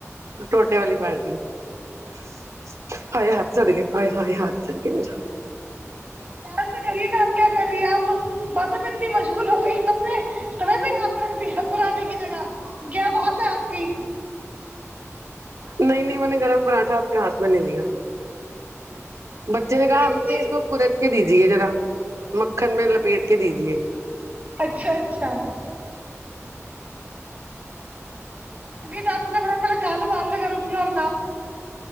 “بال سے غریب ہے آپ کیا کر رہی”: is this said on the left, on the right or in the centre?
Right